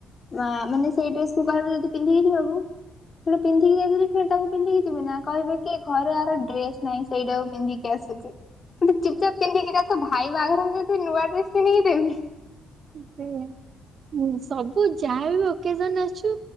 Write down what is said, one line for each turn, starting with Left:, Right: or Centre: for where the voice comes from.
Left: ବା ମାନେ ସେଇ ଡ୍ରେ କୁ କହିବେ ଯଦି ପିନ୍ଧି ଯିବ ବାବୁ ସେଟା ପିନ୍ଧିକି ଯାଇଥିଲି ଫ ତାକୁ ପିଧିକି ଯିବି ନା କହିବେ କି ଘରେ ଆର ଡ୍ରେସ ନାହିଁ ସେଇଟାକୁ ପିନ୍ଧିକି ଆସୁଛି ଗେ ଚୁପପ ପିନ୍ଧିକି ଯ ତ ଭାଇ ବାହାଘରେକୁ ଯ ନୂଆ ଡ୍ରେସ କିିଧିକି ଦେବି
Right: ସେ ଁ ସବୁ ଯାହାବ ଓକେଜନ ଆଛୁ